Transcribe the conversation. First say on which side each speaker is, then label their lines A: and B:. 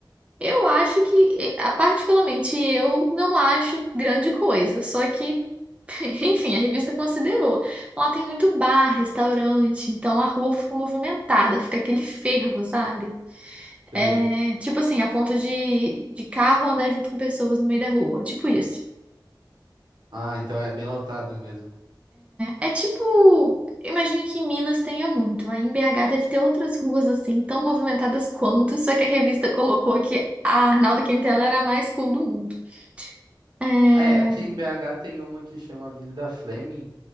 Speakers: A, on the right; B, on the right.
A: Eu acho que, eh, ah, particularmente, eu não acho grande coisa. Só que, <laughs> enfim, a revista considerou. Lá tem muito bar, restaurante, então a rua fica movimentada, fica aquele fervo, sabe?
B: Sei.
A: É, tipo assim, a ponto de, de carro andar junto com pessoas no meio da rua, tipo isso.
B: Ah, então é bem lotado mesmo.
A: É, é tipo, imagino que em Minas tenha muito. Aí em BH deve ter outras ruas assim, tão movimentadas quanto, só que a revista colocou que a Arnaldo Quintela era a mais cool do mundo. É,
B: É, aqui em BH tem uma que chama Avenida Fleming,